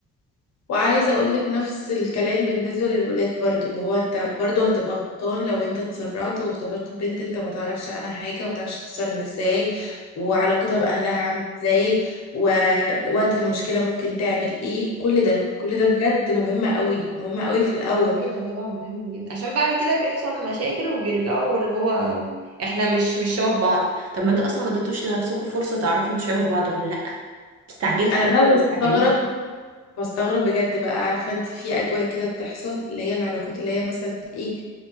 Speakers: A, on the left; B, on the right.
A: وعايزه اقول لك نفس الكلام بالنسبه للولاد برضو اللي هو انت برضو هتبقى غلطان لو انت اتسرعت وارتبطت ببنت انت ما تعرفش عنها حاجه وما تعرفش تتصرف ازاي وعلاقتها باهلها عامله ازاي ووقت المشكله ممكن تعمل ايه كل ده
B: امم
A: كل ده بجد مهم قوي مهم قوي في الاول
B: ايوه طبعا مهم جدا عشان بعد كده بيحصل مشاكل وبيرجعوا اللي هو احنا مش مش شبه بعض طب ما انتوا اصلا ما اديتوش لنفسكم فرصه تعرفوا انتوا شبه بعض ولا لا استعجلتوا
A: انا بقى
B: <laughs> انتوا اللي
A: بستغرب
B: مستعجلين
A: بستغرب بجد بقى عارفة انت في اجواء كده بتحصل اللي هي العلاقات اللي هي مثلا ايه